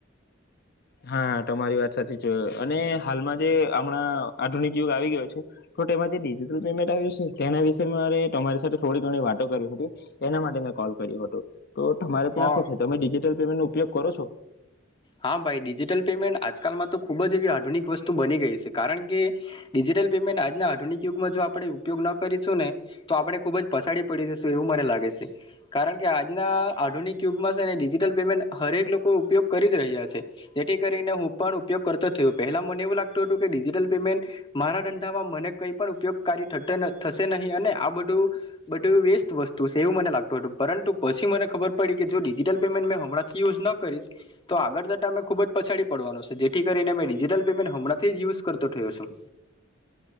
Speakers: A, on the left; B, on the left.
A: હા તમારી વાત સાચી છે અને હાલમાં જે હમણાં આધુનિક યુગ આવી ગયો છે તો તેમાં જે ડિજિટલ પેમેન્ટ આવ્યું છે તેના વિશે મારે તમારી સાથે થોડી ઘણી વાતો કરી હતી એના માટે મેં કોલ કર્યો હતો. તો તમારે ત્યાં
B: હા
A: શું છે તમે ડીજી પેમેન્ટ નો ઉપયોગ કરો છો?
B: હા ભાઈ ડિજિટલ પેમેન્ટ આજકાલમાં તો ખૂબ જ એવી આધુનિક વસ્તુ બની ગઈ છે કારણ કે ડિજિટલ પેમેન્ટ આજના આધુનિક યુગમાં જો આપણે ઉપયોગ ન કરીશું ને તો આપણે ખૂબ જ પસાડી પડી જશું એવું મને લાગે છે કારણ કે આજના આધુનિક યુગમાં છે ને ડિજિટલ પેમેન્ટ હરેક લોકો ઉપયોગ કરી જ રહ્યા છે. જેથી કરીને હું પણ ઉપયોગ કરતો થયો પહેલા મને એવું લાગતું હતું કે ડિજિટલ પેમેન્ટ મારા ધંધામાં મને કંઈ પણ ઉપયોગકારી થશે નહીં અને આ બધું બધું વેસ્ત વસ્તુ છે એવું મને લાગતું હતું પરંતુ પછી મને ખબર પડી કે જો ડિજિટલ પેમેન્ટ મે હમણાંથી યુઝ ન કરીશ તો આગળ જતા અમે ખુબ જ પછાડી પડવાનો છે. જેથી કરીને અ ડિજિટલ પેમેન્ટ હમણાંથી જ યુઝ કરતો થયો છું.